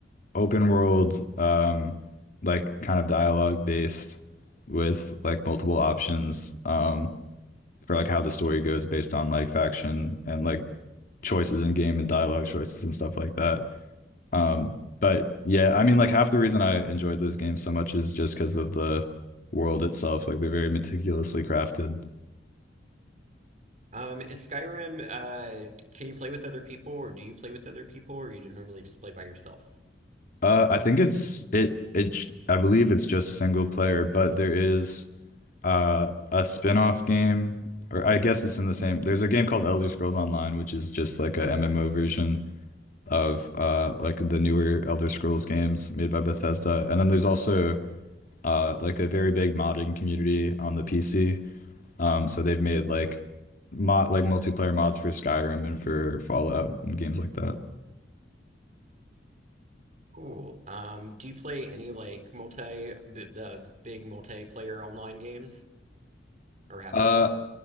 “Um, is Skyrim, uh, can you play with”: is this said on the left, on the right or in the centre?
Right